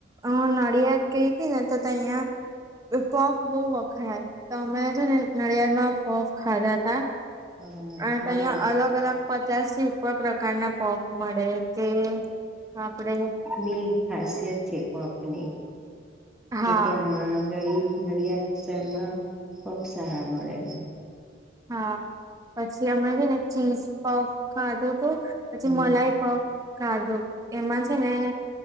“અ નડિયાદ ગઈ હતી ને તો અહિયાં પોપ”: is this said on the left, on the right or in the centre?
Right